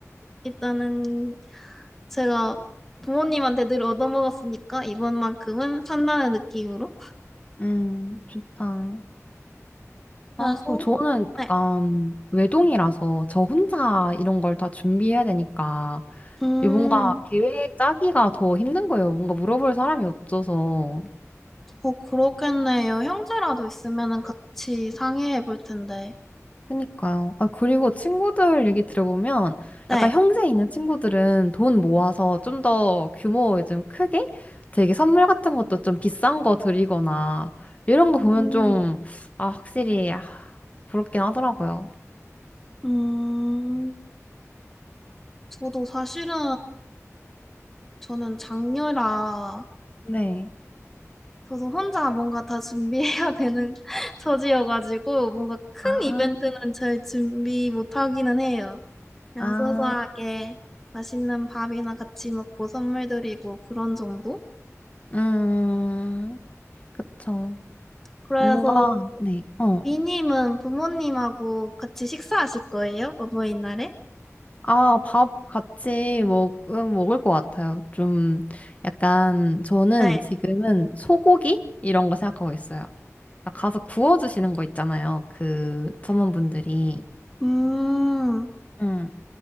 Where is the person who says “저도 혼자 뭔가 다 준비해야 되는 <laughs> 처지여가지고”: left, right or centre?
Centre